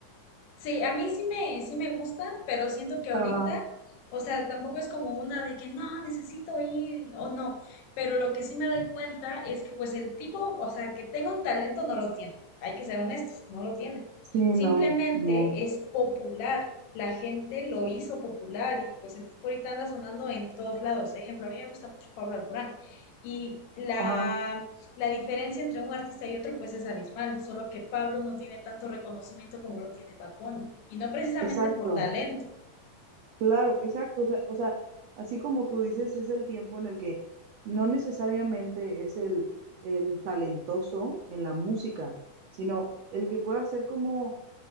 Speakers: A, on the left (about 60°); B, on the right (about 70°).
A: Sí, a mí sí me, sí me gustan, pero siento que ahorita,
B: Ajá,
A: o sea, tampoco es como una de que no, necesito ir o no, pero lo que sí me doy cuenta es que pues el tipo, o sea, que tenga un talento no lo tiene, hay que ser honestos, no lo tiene.
B: sí,
A: Simplemente
B: no, no.
A: es popular, la gente lo hizo popular y pues el tipo ahorita anda sonando en todos lados. Ejemplo, a mí me gusta mucho Pablo Alborán y la
B: Ajá,
A: La diferencia entre un artista y otro pues es abismal, solo que Pablo no tiene tanto reconocimiento como lo tiene Bad Bunny, y no precisamente
B: exacto,
A: por talento.
B: claro, exacto. O sea, o sea, así como tú dices, es el tiempo en el que no necesariamente es el, el talentoso en la música, sino el que pueda ser como